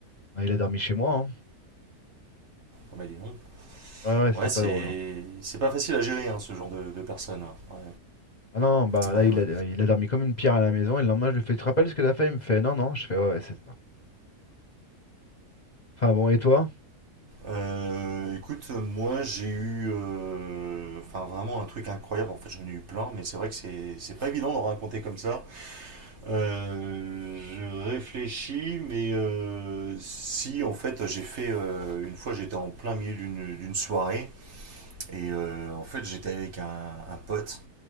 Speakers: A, on the left; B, on the right.
A: ben, il a dormi chez moi. hein.
B: Ah bah dis donc.
A: Ouais, ouais, c'était
B: Ouais, c'est
A: pas drôle. hein.
B: c'est pas facile à gérer hein, ce genre de, de personnes. Ouais.
A: Ah non, non, bah
B: Ouais,
A: là, il
B: ouais.
A: a, euh, il a dormi comme une pierre à la maison. Et le lendemain, je lui fais, tu te rappelles ce que t'as fait? Il me fait, non, non. Je fais, ouais, ouais, c'est ça. Enfin bon, et toi?
B: Euh, écoute, moi j'ai eu euh, enfin vraiment un truc incroyable. En fait, j'en ai eu plein, mais c'est vrai que c'est c'est pas évident d'en raconter comme ça. Euh, je réfléchis, mais euh, si en fait j'ai fait euh, une fois j'étais en plein milieu d'une d'une soirée et euh, en fait j'étais avec un, un pote